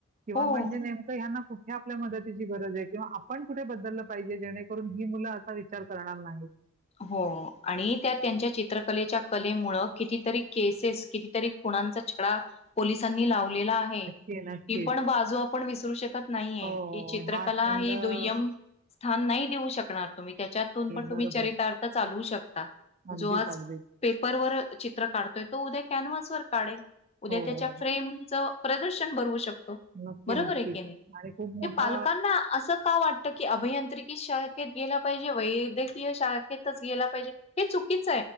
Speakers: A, on the right (about 35°); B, on the left (about 30°).
A: किंवा
B: हो.
A: म्हणजे नेमकं ह्यांना कुठ. हे आपल्या मदतीची गरज आहे किंवा आपण कुठे बदललं पाहिजे जेणेकरून ही मुलं असा विचार करणार नाहीत.
B: हो आणि त्या त्यांच्या चित्रकलेच्या. कलेमूळ कितीरी केसेस कितीतरी खुनाचा छडा पोलिसांनी लाव आहे
A: नक्की, नक्की.
B: ही पण बाजू आपण विसरू शकत नाहीये
A: हो
B: की चित्रकला
A: हा छंद
B: ही
A: आहे
B: दुय्यम स्थान नाही देऊ शकणार. तुम्ही त्याच्यातून पण तुम्हीरित
A: बरोबर.
B: चालू शकता
A: अगदीच
B: जो आज
A: अगदीच.
B: पेपर वर चित्र काढतोय तो उद्या. कॅनव्हस वर काढेल उद्या
A: हो,
B: त्याच्या
A: हो.
B: फ्रेम च प्रदर्शन भरवू शकतो.
A: नक्की
B: बरोबर
A: नक्कीच
B: आहे की नाही.
A: आणि खूप
B: ते
A: मोठा
B: पालकांना असं का वाटत की अभियांत्रिकी शाळेत गेला पाहिजे वैद्यकीय शाखेतच गेला पाहिजे हे चुकीच